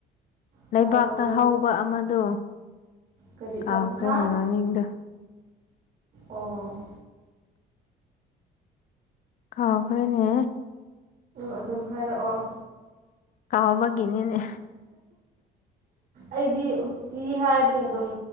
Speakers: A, on the right (about 55°); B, on the left (about 50°).
A: ꯍꯋꯥꯏ
B: ꯂꯩꯕꯥꯛꯇ
A: ꯃꯪꯒꯜ
B: ꯍꯧꯕ ꯑꯃꯗꯣ
A: ꯀꯔꯤ
B: ꯀꯥꯎꯈ꯭ꯔꯦꯅꯦ
A: ꯇꯝ ꯍꯥ
B: ꯃꯥꯃꯤꯡꯗ
A: ꯑꯣ
B: ꯀꯥꯈꯔꯦꯅꯦ
A: ꯑꯗꯨꯝ ꯍꯥꯏꯔꯛꯑꯣ
B: ꯀꯥꯎꯕꯒꯤꯦꯅꯤꯅꯦ
A: ꯑꯩꯗꯤ ꯎꯠꯇꯤ ꯍꯥꯏꯔꯗꯤ ꯑꯗꯨꯝ